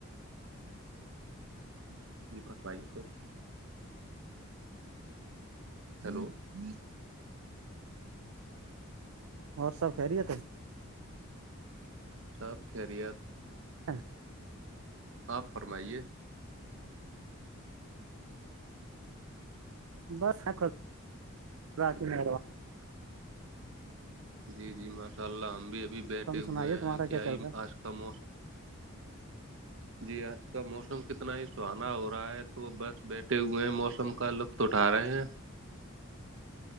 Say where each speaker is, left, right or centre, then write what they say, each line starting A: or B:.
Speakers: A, on the right; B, on the right.
A: جی بس پائیے س
B: ہوں
A: ہیلو
B: ہوں اور سب خیری ہے ت
A: سپ خیریت
B: ہاں
A: آپ فرمائیے
B: بس ہ کر رات میں
A: جی جی ماشاء اللہ ہم بھی ابھی بیٹھے
B: تم سنائیے
A: ہوئے
B: تمہارا
A: ہیں کیا
B: چل
A: ہی
B: رہا
A: آج کا موسم جی آج کا موسم کتنا ہی سواد ہو رہا ہے تو وہ بس بیٹھے ہوئے ہیں موسم کا لطف اٹھا رہے ہیں